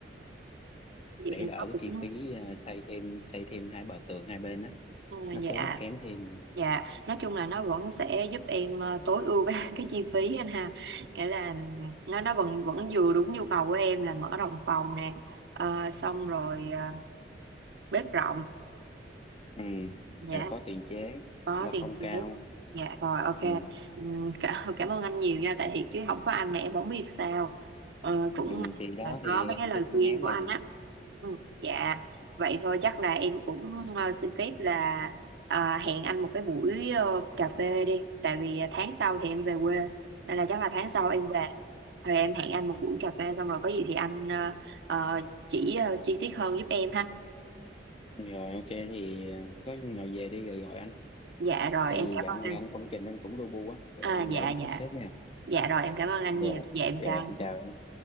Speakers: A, on the right; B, on the left.
A: vậy
B: để
A: thì
B: đỡ
A: nó
B: cái
A: cũng
B: chi phí à, xây thêm xây thêm hai bờ tường hai bên á
A: à,
B: nó tốn
A: dạ
B: kém thêm
A: dạ nói chung là nó vẫn sẽ giúp em ờ, tối ưu cái, <laughs> cái chi phí anh ha nghĩa là nó nó vẫn vẫn vừa đúng nhu cầu của em là mở đồng phòng nè ờ, xong rồi ờ, bếp rộng
B: ừ.
A: dạ
B: rồi có tiền chế
A: có
B: la
A: tiền
B: phong
A: chị
B: cao
A: hết dạ rồi ok
B: ừ.
A: Ừm, cả, <laughs> cảm ơn anh nhiều nha tại thiệt chứ không có anh là em không biết sao Ờ, cũng
B: ừ.
A: may
B: thì đó
A: là có
B: thì
A: mấy cái lời
B: trên
A: khuyên
B: phương án
A: của
B: là
A: anh
B: gì
A: á ừ, dạ vậy thôi chắc là em cũng ờ, xin phép là ờ, hẹn anh một cái buổi ờ, cà phê đi tại vì ờ, tháng sau thì em về quê nên là chắc là tháng sau em về rồi em hẹn anh một buổi cà phê xong rồi có gì thì anh ờ, ờ, chỉ ờ, chi tiết hơn giúp em ha
B: Rồi ok thì ờ, có nào về đi rồi gọi anh.
A: dạ rồi
B: Tại
A: em
B: vì
A: cảm
B: dạo
A: ơn
B: này
A: anh
B: anh công trình anh cũng lu bu á, rồi
A: à
B: anh
A: dạ
B: để anh
A: dạ
B: sắp xếp nha.
A: Dạ rồi em cảm ơn anh
B: Rồi,
A: nhiều. Dạ em
B: rồi
A: chào anh.
B: anh chào. em.